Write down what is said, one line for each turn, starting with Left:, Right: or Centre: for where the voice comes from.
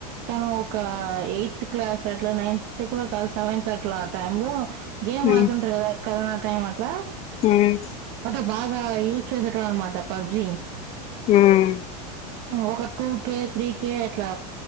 Right: తను ఒక ఎయిత్ క్లాస్ అట్లా నైన్త్ కూడా కాదు సెవెన్త్ అట్లా ఆ టై లో గేమ్
Left: హ్మ్
Right: ఆడుతుంటారు కదా కరోనా కాయ మట్లా
Left: హ్మ్
Right: పద బాగా యూజ్ ట్ అనమాట పబ్జీ <unintelligible>
Left: హ్మ్
Right: ఒక టూ కే త్రీ కే అట్లా